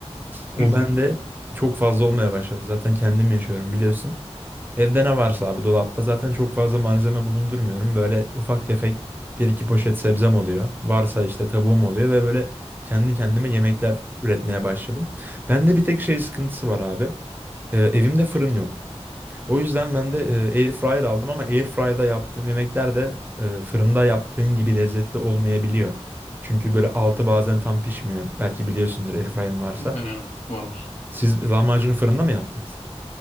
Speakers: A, on the left; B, on the right.
A: <laughs>
B: O bende çok fazla olmaya başladı. Zaten kendim yaşıyorum biliyorsun. Evde ne varsa abi dolapta zaten çok fazla malzeme bulundurmuyorum. Böyle ufak tefek bir iki poşet sebzem oluyor. Varsa işte tavuğum oluyor ve böyle kendi kendime yemekler üretmeye başladım. Bende bir tek şey sıkıntısı var abi. Ee, evimde fırın yok. O yüzden ben de e, air fryer aldım ama air fryer'da yaptığım yemekler de e, fırında yaptığın gibi lezzetli olmayabiliyor. Çünkü böyle altı bazen tam pişmiyor. Belki biliyorsundur air fryer'ın varsa.
A: Aynen aynen. var var.
B: Siz lahmacunu fırında mı yaptınız?